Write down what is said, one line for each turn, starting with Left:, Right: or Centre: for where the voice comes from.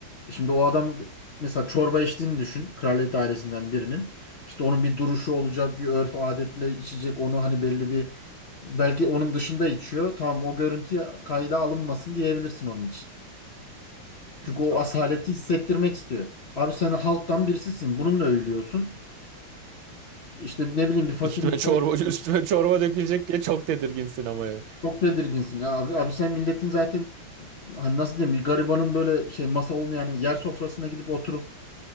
Left: Şimdi o adam mesela çorba içtiğini düşün. Kraliyet ailesinden birinin. İşte onun bir duruşu olacak, bir örf adetle içecek. Onu hani belli bir belki onun dışında içiyor. Tamam o görüntü kayda alınmasın diyebilirsin onun için. Çünkü
Right: Ya
Left: o asaleti hissettirmek istiyor. Abi sen halktan birisisin. Bununla övülüyorsun. İşte ne bileyim bir fakirin
Right: üstüme
Left: so
Right: çorba üstüme çorba dökülecek diye çok tedirginsin ama yani.
Left: çok tedirginsin ya abi. Abi sen milletin zaten hani nasıl diyeyim bir garibanın böyle şey masa olmayan yani yer sofrasına gidip oturup